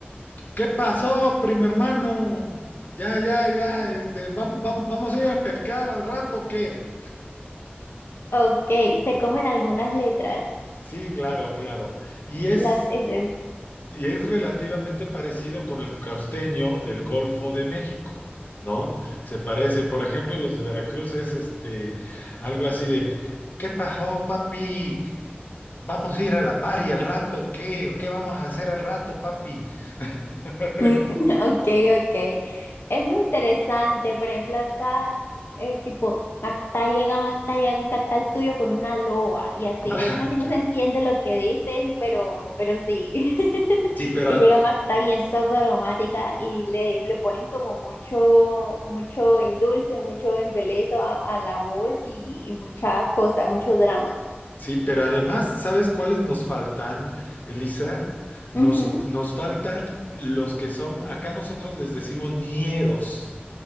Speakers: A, on the left (about 45°); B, on the left (about 75°).
A: ¿Qué pasó, primo hermano? Ya, ya, ya, este, vam- vam- vamos a ir a pescar al rato, ¿o ¿qué?
B: Ok, se comen algunas letras,
A: Sí, claro, claro. Y es,
B: las eses
A: y es relativamente parecido con el costeño del Golfo de México, ¿no? Se parece, por ejemplo, los de Veracruz es este, algo así de, ¿qué pasó, papi? Vamos a ir a la pari al rato, ¿o ¿qué? ¿O qué vamos a hacer al rato, papi? <laughs>
B: Mm,
A: Tú-
B: <laughs> Ok, ok. Es muy interesante. Por ejemplo, acá es tipo Mactayaga, Mactayaga, acá está el tuyo con una loa y así.
A: <laughs>
B: Y Casi no se entiende lo que dicen, pero, pero sí. <laughs>
A: Sí, pero
B: Y llega Macta bien aromática y le, le ponen como mucho, mucho endulce, mucho embelezo a, a la voz y, y mucha cosa, mucho drama.
A: Sí, pero además, ¿sabes cuáles nos faltan, Elisa? Nos,
B: Ujú.
A: nos faltan los que son, acá nosotros les decimos ñeros.